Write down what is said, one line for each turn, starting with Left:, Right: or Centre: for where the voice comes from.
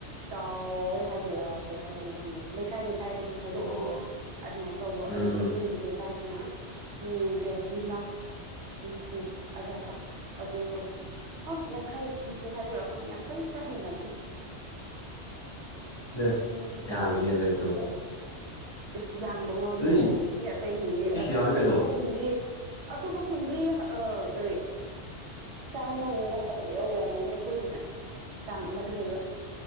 Right: ꯆꯥꯎꯏ ꯍꯥꯏꯗꯣꯏꯔꯥ ꯀꯩ ꯍꯥꯏꯗꯣꯏꯅꯣ ꯈꯪꯗꯦ ꯂꯩꯀꯥꯏ ꯂꯩꯀꯥꯏ ꯑꯗꯨꯝ ꯈꯥꯏꯗꯣꯛꯄꯗꯣ
Left: ꯑꯣ
Right: ꯑꯗꯨꯃꯥꯏꯅ ꯇꯧꯕ
Left: ꯎꯝ
Right: ꯑꯗꯨꯒꯤ ꯑꯩꯈꯣꯏꯒꯤ ꯂꯩꯀꯥꯏꯁꯤꯅ ꯃꯤ ꯑꯦ ꯌꯨꯝꯂꯛ ꯍꯨꯝꯐꯨ ꯑꯗꯨꯋꯥꯏ ꯆꯥꯡ ꯑꯗꯣ ꯑꯣ ꯌꯥꯡꯈꯩ ꯍꯨꯝꯐꯨ ꯍꯥꯏꯗꯣꯏꯔꯥ ꯈꯪꯅꯤ ꯌꯥꯡꯈꯩ ꯈꯔ ꯍꯦꯜꯂꯝꯕꯅꯤ
Left: ꯑꯗꯨ
Right: ꯑꯃꯨꯛꯀꯤ
Left: ꯌꯥꯝꯃꯤꯅꯦ
Right: ꯆꯥꯡ ꯂꯩꯕ
Left: ꯑꯗꯨ ꯑꯗꯨꯝꯀꯣ
Right: ꯑꯗꯨꯒꯤ ꯏꯁꯁ ꯌꯥꯝꯕꯈ꯭ꯔꯣ ꯑꯗꯨꯕꯨ
Left: ꯑꯗꯨꯗꯤ
Right: ꯃꯤ ꯑꯇꯩꯁꯤꯡꯗꯤ
Left: ꯏꯁ
Right: ꯑꯁ
Left: ꯌꯥꯝꯃꯦ ꯀꯩꯅꯣ
Right: ꯑꯇꯣꯞꯄ ꯈꯨꯟꯗꯤ ꯑꯇꯣꯞꯄ ꯈꯨꯟꯗꯤ ꯀꯔꯤ ꯆꯥꯝꯃꯒꯨꯝꯕ ꯌꯧꯔꯝꯃꯅꯤ ꯑꯩꯈꯣꯏꯒꯤꯅ ꯆꯥꯡ ꯑꯃꯗ ꯂꯩꯕ